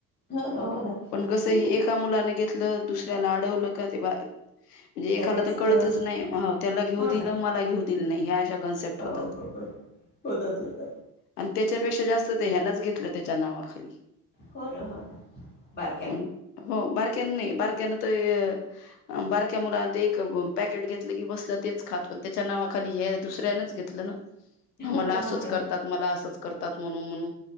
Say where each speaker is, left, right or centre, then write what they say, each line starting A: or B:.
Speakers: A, on the left; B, on the left.
A: हो ना हो ना
B: पण कस
A: हं.
B: एका मुलाने घेतलं दुसऱ्याला अडवलं का ते बा म्हणजे एकाला
A: त्यानं घेतलं
B: तर कळतच नाही, त्याला घेऊ
A: हो
B: दिलं
A: ना
B: मला घेऊ दिलं नाही. ह्या अशा कन्सेप्ट
A: हो
B: होतात.
A: हो हो होतात, होतात.
B: आणि त्याच्यापेक्षा जास्त ते ह्यानच घेतलं त्याच्या नावाखाली.
A: हो ना, हो ना बारक्याला
B: मग हो बर क्या नही बारक्याला तर बारक्या मुला ते घेतलं की बस क तेच खातो अण त्याच्या नावाखाली हे दुसऱ्यानच घेतलं ना
A: हो
B: हा मला
A: ना हो
B: असंच
A: ना
B: करतात, मला असंच करतात म्हणू म्हणू